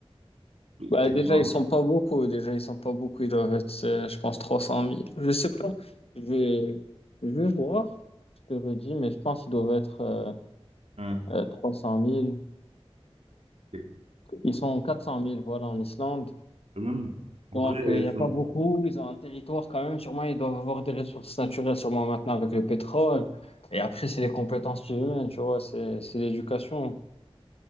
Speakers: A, on the right; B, on the left.
A: de
B: Bah,
A: tellement.
B: déjà, ils sont pas beaucoup. Déjà, ils sont pas beaucoup. Ils doivent être, euh, je pense, trois cent mille Je sais pas. Je vais, je vais voir. Je te redis, mais je pense qu'ils doivent être euh,
A: Ouais,
B: euh, 300 000.
A: ok.
B: Ils sont quatre cent mille voilà, en Islande.
A: Même, en
B: Donc,
A: vrai, euh,
B: euh, il n'y a
A: c'est-
B: pas beaucoup. Ils ont un territoire quand même. Sûrement, ils doivent avoir des ressources naturelles, sûrement maintenant avec le pétrole. Et après, c'est les compétences humaines, tu vois, c'est, c'est l'éducation.